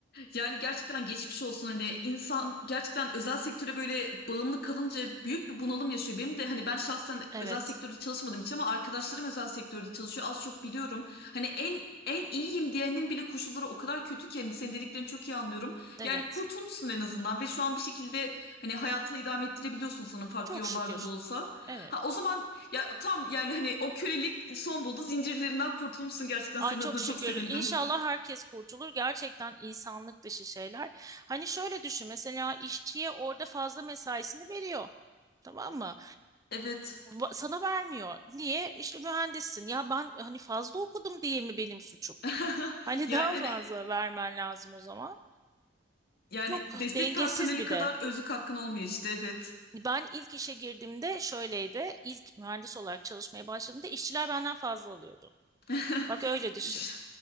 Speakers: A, on the left (about 55°); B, on the right (about 20°).
A: Yani gerçekten geçmiş olsun hani insan gerçekten özel sektöre böyle bağımlı kalınca büyük bir bunalım yaşıyor. Benim de hani ben şahsen
B: Evet,
A: özel sektörde çalışmadım hiç ama arkadaşlarım özel sektörde çalışıyor az çok biliyorum. Hani en en iyiyim diyenin bile koşulları o kadar kötü ki hani senin dediklerini çok iyi anlıyorum.
B: evet.
A: Yani kurtulmuşsun en azından ve şu an bir şekilde hani hayatını idame ettirebiliyorsun sanırım farklı
B: Çok
A: yollarla
B: şükür.
A: da olsa.
B: Evet.
A: Ha o zaman ya tam yani hani o kölelik son buldu zincirlerinden kurtulmuşsun gerçekten
B: Ay
A: senin
B: çok
A: adına
B: şükür.
A: çok sevindim.
B: İnşallah herkes kurtulur. Gerçekten insanlık dışı şeyler. Hani şöyle düşün mesela işçiye orada fazla mesaisini veriyor. Tamam mı?
A: Evet.
B: Ba- Sana vermiyor. Niye? İşte mühendissin. Ya ben hani fazla okudum diye mi benim suçum?
A: <laughs>
B: Hani
A: Yani
B: daha fazla
A: hani
B: vermen lazım o zaman.
A: Yani
B: Çok
A: destek
B: dengesiz
A: personeli
B: bir
A: kadar
B: de.
A: özlük hakkın olmuyor işte evet.
B: Ben ilk işe girdiğimde şöyleydi. İlk mühendis olarak çalışmaya başladığımda işçiler benden fazla alıyordu.
A: <laughs>
B: Bak öyle düşün.
A: Ş-